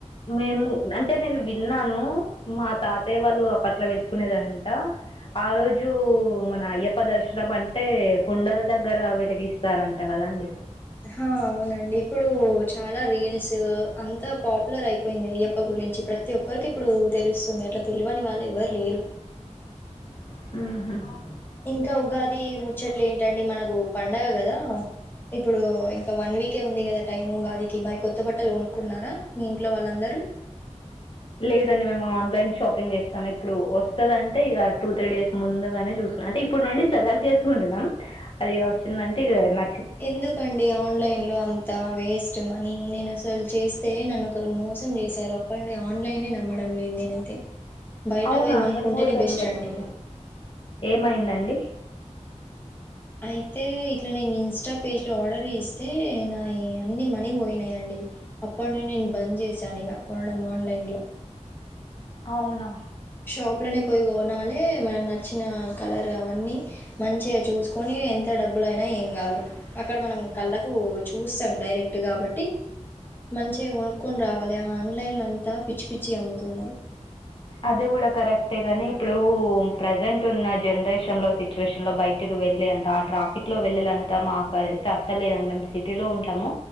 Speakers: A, on the left; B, on the left.
A: మేము అంటే నేను విన్నాను మా తాతయ్య వాళ్ళు అప్పట్లో వేసుకునేదంట ఆ రోజు మన అయ్యప్ప దర్శనం అంటే కుండల దగ్గర వెలిగిస్తారంట కదాండి
B: హ అవునండి ఇప్పుడు చాలా రీల్స్ అంతా పాపులర్ అయిపోయింది అయ్యప్ప గురించి ప్రతి ఒక్కరికి ఇప్పుడు తెలుస్తుంది అట్లా తెలివని వాళ్ళు ఎవరు లేరు
A: ఉహుమ్
B: ఇంకా ఉగాది ముచ్చట్లు ఏంటండి మనకు పండగ కదా ఇప్పుడు ఇంకా వన్ వీక్ ఓకే ఉంది కదా టైము కాదికి మరి కొత్త బట్టలు కొనుకున్నారా మీ ఇంట్లో వాళ్ళందరూ
A: లేదండి మేము ఆన్లైన్ షాపింగ్ చేస్తాం ఇప్పుడు వస్తుందింటే ఇక టూ త్రీ డేస్ ముందుగానే చూసుకుం అంటే ఇప్పుడు నుండి సెలెక్ట్ చేసుకుంటున్నాం అది ఇగ వచ్చిందంటే ఇగ న
B: ఎందుకండి ఆన్లైన్ లో అంత వేస్ట్ మనీ నేను అస లు అసల్ చేస్తే నన్నుొ ఒకరు మోసం చేశారు అప్పటి నుడి ఆన్లైనే నమ్మడం లేదు నేనైతే బయట
A: అవునా
B: పోయి కొనుక్కుంటేనే
A: ఏం మోసం
B: బెస్ట్
A: జరిగింది
B: అండి
A: ఏమైందండి
B: అయితే ఇట్లా నేను ఇన్స్టా పేజ్లో ఆర్డర్ చేస్తే నా అన్ని మనీ పోయినాయంండి అప్పటి ను నేను బంద్ చేశాను ఇక కొనడం ఆన్లైన్లో
A: అవునా
B: షాప్లోనే పోయి కొనాలే మనకు నచ్చిన కలర్ అవన్నీ మంచిగా చూసుకొని ఎంత డబ్బులుైనా ఏం కాదు అక్కడ మనం కళ్ళకు చూస్తాం డైరెక్ట్ కాబట్టి మంచిగా కొనుక్కొని రావాలి ఆన్లైన్లో అంతా పిచ్చి పిచ్చి అమ్ముతున్నారు
A: అదే కూడా కరెక్టే గాని ఇప్పుడు ప్రజెంట్ ఉన్న జనరేషన్ లో సిచ్యువేషన్ లో బయటకి వెళ్ళ అంత ఆ ట్రాఫిక్ లో వెళ్ళంత మాకు అయితే అస్సలు లేదండి మేము సిటీలో ఉంటాము